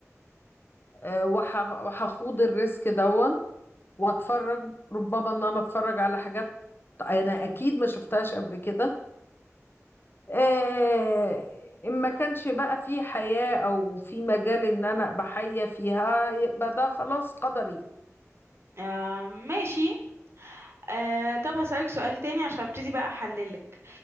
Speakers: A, on the left (about 45°); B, on the right (about 50°).
A: آه. وح... وهخوض الريسك دون وأتفرج ربما إن أنا أتفرج على حاجات أنا أكيد ما شفتهاش قبل كده آه، إن ما كانش بقى في حياة أو في مجال إن أنا أبقى حية فيها يبقى ده خلاص قدري
B: آه ماشي آه طب هسألك سؤال تاني عشان ابتدي بقى أحللك